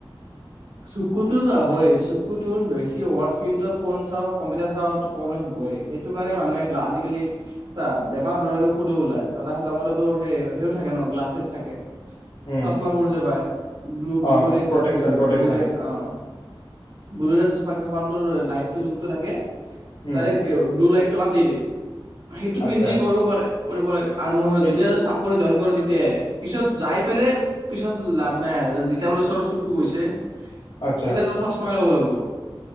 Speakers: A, on the right; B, on the left.
A: চকুটো যাবই, চকুটো বেছি অভাৰ স্কিণ তই ফোন চাৱ, কম্পিউটাৰ চাৱ, প্ৰব্লেম হ'বই, সেইটো কাৰণে মানুহে আজিকালি চা বেমাৰ নোলােলেও সুদো ওলায়, তাৰ লগতে তোৰ সেই সেইয়ো থাকে ন গ্লাছেছ থাকে।
B: উম
A: চশমা বোৰ যে পায়, ব্লু, ব্লু
B: অ
A: ৰেড
B: প্ৰটেকচন
A: গ্লাছেছ বুলি।
B: প্ৰটেকচন
A: ব্লুৰে অ', ব্লুৰে ছছ সংক <unintelligible> টোৰ লাইটটো যোনটো থাকে।
B: উম
A: তাৰে ব্লু লাইট, টকাতি দে। <unintelligible> সেইটো
B: আচ্ছা
A: পিন্ধি কৰিব পাৰে। কৰিব লাগে। আৰু মোৰ
B: সেইটো
A: যেতিয়া যে চাকৰি ছইন কৰি দি তেতিয় পিছত যাই পেলাই পিছত লাভ নাই আৰু যেতিয়া বোলে চৰ চুৰ গৈছে
B: আচ্ছা
A: তেতিয়া ত' চচমাই ল'ব লাগিব। কোৱা,